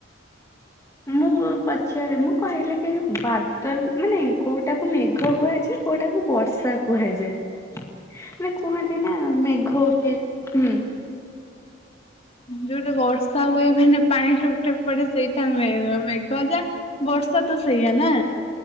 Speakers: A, on the left (about 15°); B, on the left (about 30°).
A: ମୁଁ ପଚା ମୁଁ କହିଲି କି ବାଦଲ ମାନେ କୋଉଟାକୁ ମେଘ କୁହାଯାଏ। କୋଉଟାକୁ ବର୍ଷା କୁହାଯାଏ?
B: ହଁ
A: ମାନେ କୁହନ୍ତି ନା ମେଘ ଉଠେ, ହୁଁ।
B: ଯୋଉଟା ବର୍ଷା ହୁଏ ମାନେ ପାଣି ଠୋପ୍ ଠୋପ ପଡେ ସେଇଟାମେ ମେଘ ଯା ବ ବର୍ଷା ତ ସେଇଆ ନା